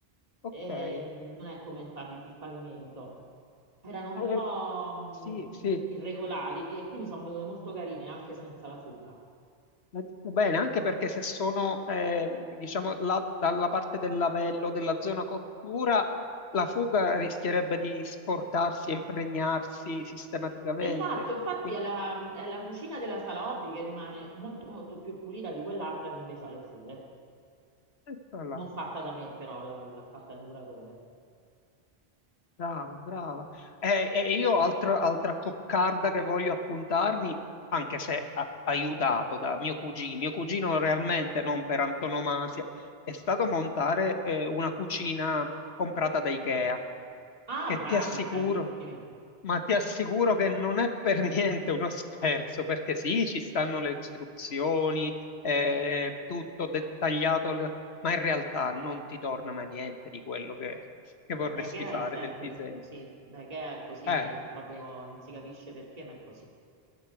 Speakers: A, on the left; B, on the right.
A: ok.
B: Ehm, non è come il, pavi- il pavimento. Erano un
A: Eh,
B: po' mh,
A: Sì, sì,
B: irregolari e quindi sono venute molto carine anche senza la fuga.
A: l'ha detto bene, anche perché se sono, eh, diciamo, la- dalla parte del lavello, della zona cottura, la fuga rischierebbe di sporcarsi e impregnarsi sistematicamente.
B: Esatto, infatti
A: Quindi,
B: è la, è la cucina della sala hobby che rimane molto molto più pulita di quell'altra che invece ha le fughe.
A: eccola,
B: Non fatta da me, però la- l'ha fatta il muratore.
A: brava, brava. E, e io altra, altra coccarda che voglio appuntarmi, anche se a- aiutato da mio cugino, mio cugino realmente non per antonomasia, è stato montare, eh, una cucina comprata da Ikea.
B: Ah,
A: che
B: bravi,
A: ti assicuro,
B: bravissimi.
A: ma ti assicuro che non è per <laughs> niente uno scherzo, perché sì, ci stanno le istruzioni, eh, tutto dettagliato, al- ma in realtà non ti torna mai niente di quello che, che
B: Ma
A: vorresti
B: da Ikea
A: fare
B: è sempre
A: del disegno.
B: così. Da Ikea è così,
A: Eh,
B: proprio non si capisce perché, ma è così.